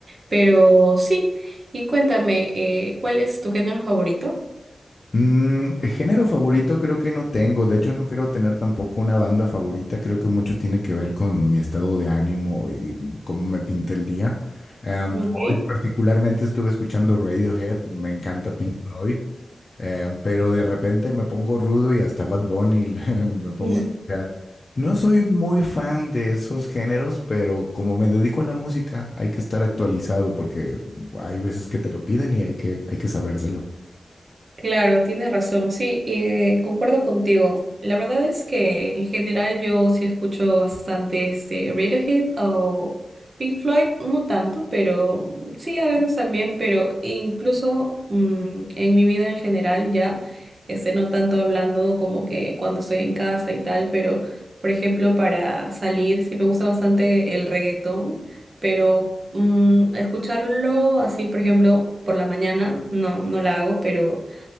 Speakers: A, on the right; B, on the left.
A: pero sí. Y cuéntame, eh, ¿cuál es tu género favorito?
B: Mm, género favorito creo que no tengo, de hecho no creo tener tampoco una banda favorita, creo que mucho tiene que ver con mi estado de ánimo y cómo me pinta el día. Em,
A: Ok.
B: hoy particularmente estuve escuchando Radiohead, me encanta Pink Floyd, em, pero de repente me pongo rudo y hasta Bad Bunny <laughs> me pongo
A: Sí.
B: a escuchar. No soy muy fan de esos géneros, pero como me dedico a la música, hay que estar actualizado porque hay veces que te lo piden y hay que, hay que sabérselo.
A: Claro, tienes razón, sí, eh, concuerdo contigo. La verdad es que en general yo sí escucho bastante este Radiohead o Pink Floyd, no tanto, pero sí a veces también, pero incluso mm, en mi vida en general ya, este, no tanto hablando como que cuando estoy en casa y tal, pero por ejemplo para salir sí me gusta bastante el reggaetón, pero mm, escucharlo así, por ejemplo, por la mañana, no, no la hago, pero